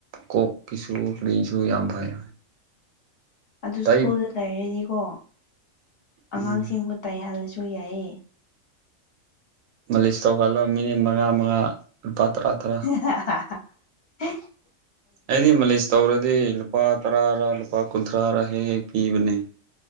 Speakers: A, on the right; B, on the left.
A: ꯀꯣꯛꯀꯤꯁꯨ ꯀꯔꯤꯁꯨ ꯌꯥꯝ ꯐꯩ
B: ꯑꯗꯨ
A: ꯇꯩ
B: ꯁ꯭ꯀꯨꯜꯗ ꯇꯔꯗꯤꯀꯣ ꯑꯉꯥꯡꯁꯤꯡꯕꯨ
A: ꯎꯝ
B: ꯇꯩꯍꯜꯂꯁꯨ ꯌꯥꯏꯌꯦ
A: ꯃꯥꯂꯤꯁ ꯇꯧꯍꯜꯂ ꯃꯤꯅꯤꯠ ꯃꯉꯥ ꯃꯉꯥ ꯂꯨꯄꯥ ꯇꯔꯥ ꯇꯔꯥ
B: <unintelligible>
A: ꯑꯩꯗꯤ ꯃꯥꯂꯤꯁ ꯇꯧꯔꯗꯤ ꯂꯨꯄꯥ ꯇꯔꯥꯔ ꯂꯨꯄꯥ ꯀꯨꯟꯊ꯭ꯔꯥꯔ ꯍꯦꯛ ꯍꯦꯛ ꯄꯤꯕꯅꯦ